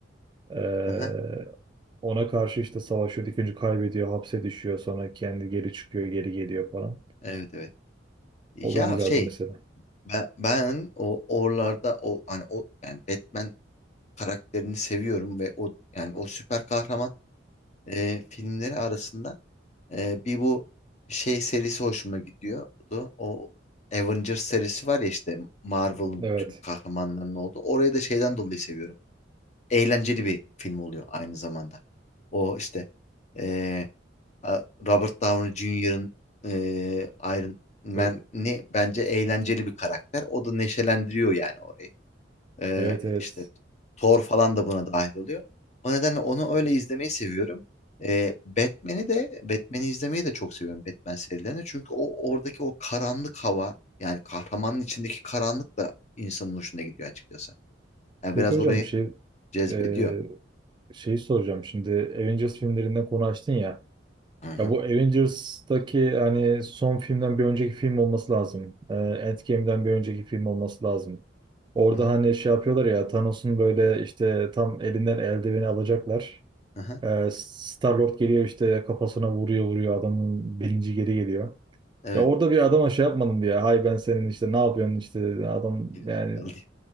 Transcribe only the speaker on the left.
Aha,
Evet, evet. Ya
şey
ben, ben o oralarda o hani o yani Batman karakterini seviyorum ve o yani o süper kahraman e, filmleri arasında e, bir bu şey serisi hoşuma gidiyordu. O Avengers serisi var ya işte Marvel'ın
bütün kahramanlarının olduğu. Orayı da şeyden dolayı seviyorum. eğlenceli bir film oluyor aynı zamanda. O işte eee, a- Robert Downey Jr.'ın eee, Iron Man'i
bence eğlenceli bir karakter. O da neşelendiriyor yani orayı. Eee
işte Thor falan da buna dahil oluyor. O nedenle onu öyle izlemeyi seviyorum. Eee, Batman'i de Batman'i izlemeyi de çok seviyorum Batman serilerini. Çünkü o oradaki o karanlık hava yani kahramanın içindeki karanlık da insanın hoşuna gidiyor açıkçası. Yani
biraz
orayı
cezbediyor.
Hı hı.
Hı hı.
Aha.
Evet.
Gelecek
kaldı.